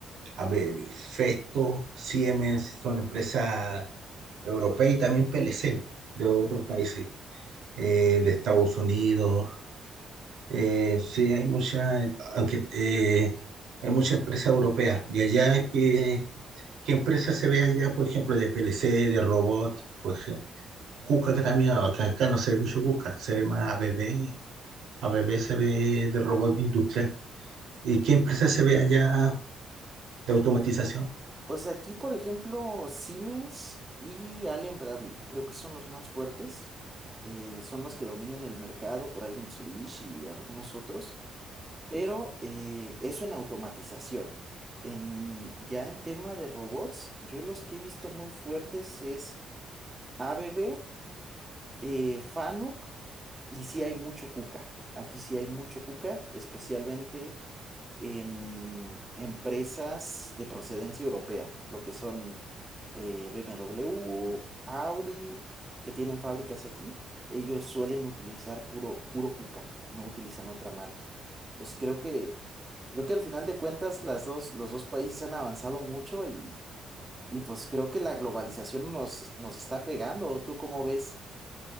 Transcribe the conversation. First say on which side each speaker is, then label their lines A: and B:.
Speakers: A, on the right; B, on the right.
A: a ver, Festo, Siemens son empresas europeas y también PLC de otros países, eh, de Estados Unidos. Eh, sí, hay muchas, aunque eh, hay muchas empresas europeas. Y allá, ¿qué, qué empresa se ve allá, por ejemplo, de PLC, de robot? Pues eh, Cuca, que también, aunque acá no se ve mucho Cuca, se ve más ABB. ABB se ve de robot industrial. ¿Y qué empresa se ve allá de automatización?
B: Pues aquí, por ejemplo, Siemens y Allen Bradley, creo que son los más fuertes. eh, son los que dominan el mercado, por ahí Mitsubishi y algunos otros. Pero eh, eso en automatización. En, ya en tema de robots, yo los que he visto muy fuertes es ABB, eh, FANUC y sí hay mucho Kuka. Aquí sí hay mucho Kuka, especialmente en empresas de procedencia europea, lo que son eh, BMW, Audi, que tienen fábricas aquí, ellos suelen utilizar puro, puro Kuka, no utilizan otra marca. Entonces creo que, creo que al final de cuentas las dos, los dos países han avanzado mucho y, y pues creo que la globalización nos, nos está pegando. ¿Tú cómo ves?